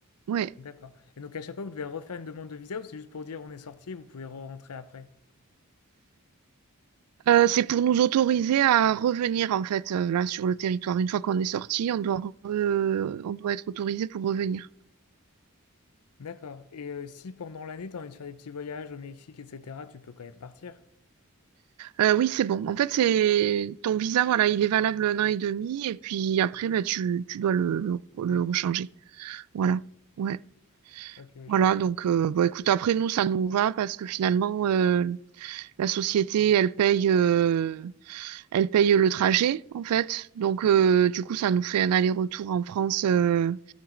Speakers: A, on the right; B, on the left.
A: Ouais.
B: D'accord. Et donc à chaque fois, vous devez refaire une demande de visa ou c'est juste pour dire on est sorti et vous pouvez re-rentrer après?
A: Euh, c'est pour nous autoriser à revenir, en fait, euh, là, sur le territoire. Une fois qu'on est sorti, on doit, re- on doit être autorisé pour revenir.
B: D'accord. Et euh, si pendant l'année, t'as envie de faire des petits voyages au Mexique, etc., tu peux quand même partir?
A: Euh, oui, c'est bon. En fait, c'est ton visa, voilà, il est valable un an et demi, et puis après, bah, tu, tu dois le, le, le
B: Oui.
A: rechanger. Voilà. Ouais.
B: Ok, oui,
A: Voilà.
B: je vois.
A: Donc, euh, bah, écoute, après nous, ça nous va parce que finalement, euh, la société, elle paye, euh, elle paye le trajet, en fait. Donc, euh, du coup, ça nous fait un aller-retour en France euh,